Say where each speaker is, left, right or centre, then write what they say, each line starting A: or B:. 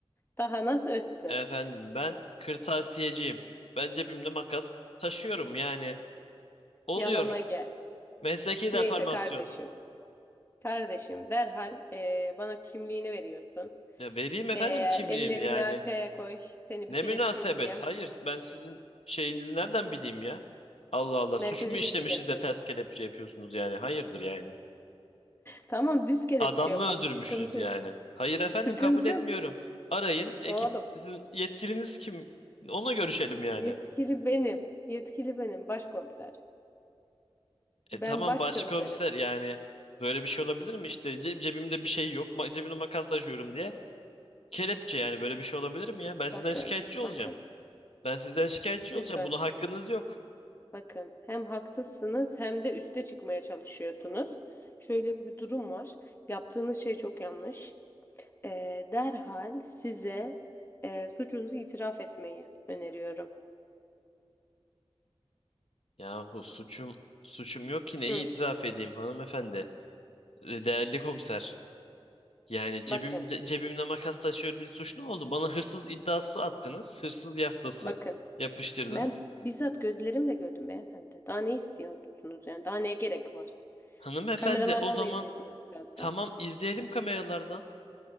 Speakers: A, on the left (about 20°); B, on the left (about 85°).
A: Daha nasıl ötsün?
B: Efendim ben kırtasiyeciyim. Ben cebimde makas taşıyorum yani. Oluyor.
A: Yalana gel.
B: Mesleki deformasyon.
A: Neyse kardeşim. Kardeşim derhal eee, bana kimliğini veriyorsun.
B: Ya vereyim efendim
A: Eee,
B: kimliğimi
A: ellerini
B: yani.
A: arkaya koy. Seni
B: Ne
A: bir kelepçeleyeceğim.
B: münasebet. Hayır ben sizin şeyinizi nereden bileyim ya? Allah Allah
A: Merkeze
B: suç mu işlemişiz
A: götüreceğim seni.
B: de ters kelepçe yapıyorsunuz yani. Hayırdır yani.
A: Tamam düz kelepçe
B: Adam
A: yapalım.
B: mı öldürmüşüz
A: Sıkıntı
B: yani?
A: yok.
B: Hayır efendim
A: Sıkıntı
B: kabul etmiyorum.
A: yok.
B: Arayın ekip
A: Oğlum
B: sizin yetkiliniz kim? Onunla görüşelim yani.
A: yetkili benim. Yetkili benim başkomiser.
B: E
A: Ben
B: tamam
A: başkomiserim.
B: başkomiser yani böyle bir şey olabilir mi işte ce- cebimde bir şey yok ma- cebimde makas taşıyorum diye. Kelepçe yani böyle bir şey olabilir mi ya? Ben sizden
A: Bakın,
B: şikayetçi olacağım.
A: bakın,
B: Ben sizden şikayetçi
A: lütfen
B: olacağım. Buna hakkınız yok.
A: bakın. Hem haksızsınız hem de üste çıkmaya çalışıyorsunuz. Şöyle bir durum var. Yaptığınız şey çok yanlış. Ee, derhal size e, suçunuzu itiraf etmeyi öneriyorum.
B: Yahu suçum suçum yok ki neyi
A: Hı,
B: itiraf edeyim hanımefendi. E, Değerli komiser. Yani cebimde,
A: bakın,
B: cebimde makas taşıyorum diye suçlu mu oldu? Bana hırsız iddiası attınız. Hırsız yaftası
A: bakın.
B: yapıştırdınız.
A: Ben bizzat gözlerimle gördüm beyefendi. Daha ne istiyorsunuz yani? Daha neye gerek var?
B: Hanımefendi
A: Kameralardan
B: o zaman
A: da izleyeceğiz birazdan.
B: tamam izleyelim kameralardan.